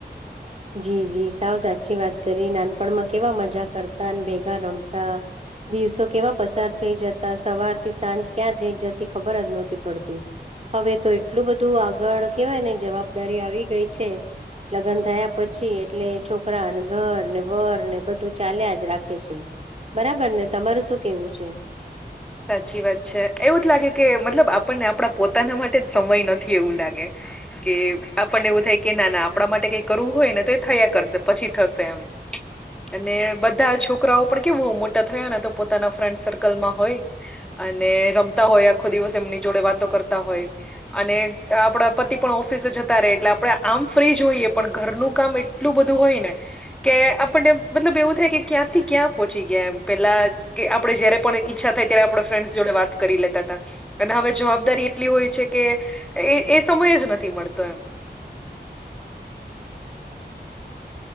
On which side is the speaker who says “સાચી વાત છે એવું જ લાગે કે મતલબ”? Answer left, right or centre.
Centre